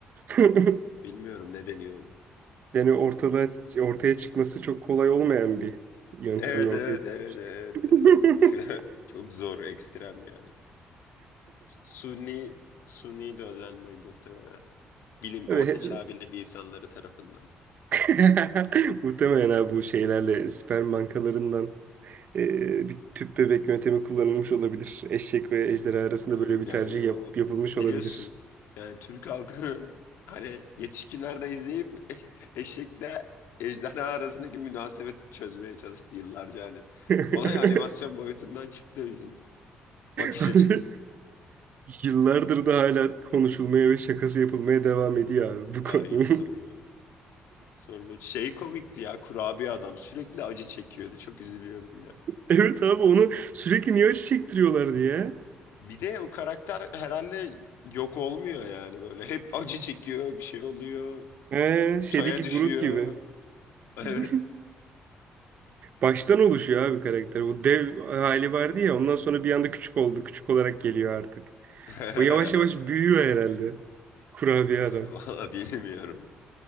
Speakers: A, on the right; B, on the left.
A: <laughs>
B: Bilmiyorum ne deniyor ona.
A: Yani ortada ortaya çıkması çok kolay olmayan bir yöntemle
B: Evet
A: ortaya
B: evet evet evet
A: <laughs>
B: evet. <laughs> Çok zor ekstrem yani. Sunni Sunni döllenmek muhtemelen. bilim
A: Ve
B: orta çağ bilim insanları tarafından.
A: <laughs> muhtemelen abi bu şeylerle sperm bankalarından e, bir tüp bebek yöntemi kullanılmış olabilir. Eşek ve ejderha arasında
B: Bilmiyorum
A: böyle bir
B: yani
A: tercih yap-
B: o
A: yapılmış
B: biliyorsun
A: olabilir.
B: yani Türk halkının <laughs> hani yetişkinlerde izleyip <laughs> eşekle ejderha arasındaki münasebeti çözmeye çalıştı yıllarca hani.
A: <laughs>
B: Olay animasyon boyutundan çıktı bizim bakış
A: Abi,
B: açımızda.
A: Yıllardır da hala konuşulmaya ve şakası yapılmaya devam ediyor abi bu konu.
B: Ya hiç sorma.
A: <laughs>
B: Sorma. Şey komikti ya kurabiye adam sürekli acı çekiyordu. Çok üzülüyordum ya.
A: Evet abi onu sürekli niye acı çektiriyorlardı ya?
B: Bir de o karakter herhalde yok olmuyor yani böyle. Hep acı çekiyor, bir şey oluyor,
A: He, şeydeki
B: çaya düşüyor.
A: Groot gibi.
B: Evet.
A: <laughs> Baştan oluşuyor abi karakter. O dev hali vardı ya ondan sonra bir anda küçük oldu. Küçük olarak geliyor artık.
B: <laughs>
A: O yavaş yavaş büyüyor herhalde. Kurabiye adam.
B: Valla bilmiyorum.